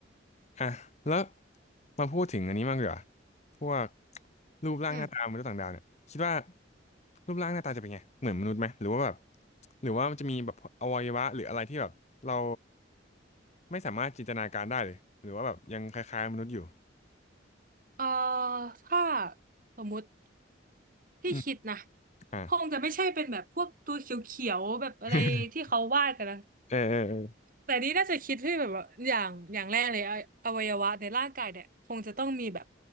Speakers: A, on the left; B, on the right.
A: อ่ะแล้วมาพูดถึงอันนี้มากดีกว่าพวกรูปร่างหน้าตามนุษย์ต่างดาวเนี่ยคิดว่า
B: อืม
A: รูปร่างหน้าตาจะเป็นไงเหมือนมนุษย์ไหมหรือว่าแบบหรือว่ามันจะมีแบบอวัยวะหรืออะไรที่แบบเราไม่สามารถจินตนาการได้เลยหรือว่าแบบยังคล้ายๆมนุษย์อยู่
B: เอ่อถ้าสมมุติ ที่คิดนะ
A: อืมอ่า
B: คงจะไม่ใช่เป็นแบบพวกตัวเขียวๆแบบอะไรที่เขาวาดกันนะ
A: <laughs> เออเออเออ
B: แต่นี่น่าจะคิดที่แบบว่าอย่างอย่างแรกเลยออวัยวะในร่างกายเนี่ยคงจะต้องมีแบบ